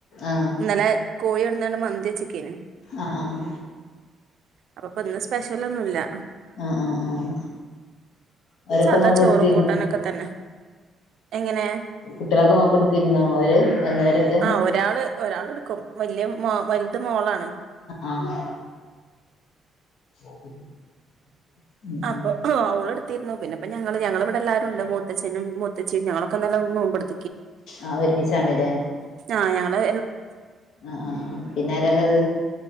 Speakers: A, on the left (about 75°); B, on the right (about 65°).
A: ആഹ്
B: ഇന്നലെ കോഴി കൊടുന്നോണ്ട് മന്തി വെച്ചക്കേനു
A: ആഹ് ആഹ്
B: അപ്പോപ്പോ ഇന്ന് സ്പെഷ്യലൊന്നുല്ല
A: ആഹ് ആഹ് ആഹ് അവരൊക്കെ
B: സാധാ
A: നോമ്പ്
B: ചോറും
A: എടുത്തിരുന്നോ
B: കൂട്ടാനൊക്കെ തന്നെ എങ്ങനെ
A: കുട്ടികളൊക്കെ നോമ്പ് എടുത്തിരുന്നോ അവര് വന്നവരൊക്കെ
B: ആഹ് ഒരാൾ ഒരാൾ എടുക്കും വലിയ മോളാണ്
A: ആഹ് <inaudible> ഉം
B: അപ്പൊ
A: ഉം
B: അവ പിന്നെപ്പ ഞങ്ങള് ഞങ്ങള ഇവിടെ എല്ലാരും ഉണ്ട് മൂത്തച്ചനും മൂത്തച്ചിയും ഞങ്ങളക്കെ നോമ്പ് എടു
A: ആഹ് ഒരുമിച്ചാണലേ
B: ആ ഞാള്
A: ആ ആഹ ആ പിന്ന ആരള്ളത്